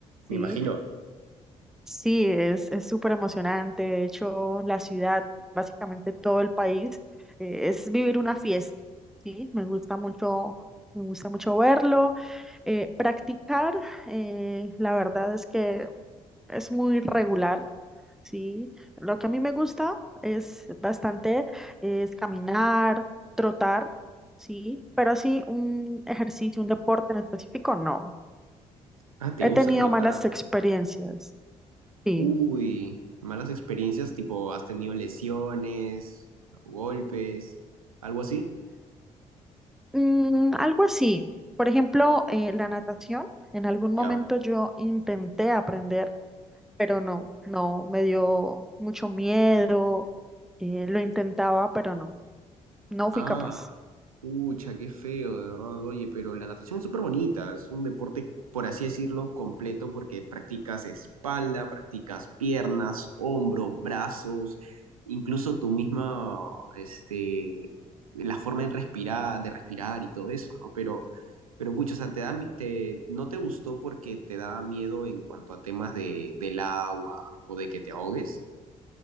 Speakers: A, on the right; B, in the centre.
A: me
B: sí,
A: imagino.
B: sí, es, es súper emocionante. De hecho, la ciudad, básicamente todo el país, eh, es vivir una fiesta, sí, me gusta mucho, me gusta mucho verlo. Eh, practicar, eh, la verdad es que es muy regular, Sí, lo que a mí me gusta es bastante, es caminar, trotar, sí, pero así un ejercicio, un deporte en específico, no.
A: Ah, ¿te
B: He
A: gusta
B: tenido
A: trotar?
B: malas experiencias, sí.
A: Uy, malas experiencias, tipo, ¿has tenido lesiones, golpes, algo así?
B: Mm, algo así, por ejemplo, eh, la natación, en algún
A: Ya.
B: momento yo intenté aprender, pero no, no, me dio mucho miedo, eh, lo intentaba, pero no, no fui
A: Ah,
B: capaz.
A: pucha, qué feo, de verdad, oye, pero la natación es súper bonita, es un deporte, por así decirlo, completo porque practicas espalda, practicas piernas, hombro, brazos, incluso tu misma, este, la forma de respirar, de respirar y todo eso, ¿no? Pero, pero pucha, o sea, te da, mi- te, no te gustó porque te da miedo en cuanto a temas de, del agua o de que te ahogues.